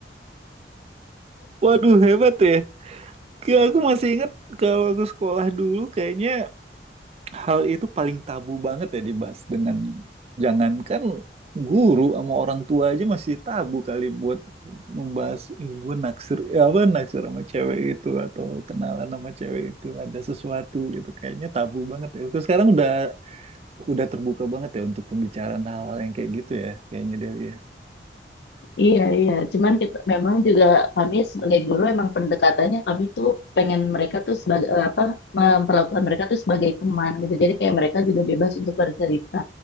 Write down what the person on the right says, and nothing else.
Waduh, hebat ya. Kayak aku masih ingat kalau aku sekolah dulu kayaknya hal itu paling tabu banget ya dibahas dengan jangankan guru sama orang tua aja masih tabu kali buat membahas "Ih, gue naksir ya apa naksir sama cewek itu atau kenalan sama cewek itu ada sesuatu gitu kayaknya tabu banget ya. Terus sekarang udah udah terbuka banget ya untuk pembicaraan hal-hal yang kayak gitu ya kayaknya Delia.